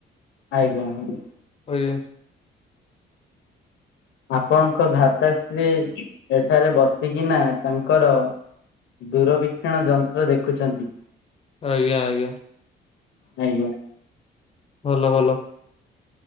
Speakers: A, on the left; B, on the left.
A: ଆଜ୍ଞା ଆଜ୍ଞା।
B: ଓ ଏ ଅଛି।
A: ଆପଣଙ୍କ ଭ୍ରାତାଶ୍ରୀ ଏଠାରେ ବସିକିନା ତାଙ୍କର ଦୂରବୀକ୍ଷଣ ଯନ୍ତ୍ର ଦେଖୁଛନ୍ତି।
B: ଆଜ୍ଞା ଆଜ୍ଞା
A: ଆଜ୍ଞା।
B: ଭଲ ଭଲ।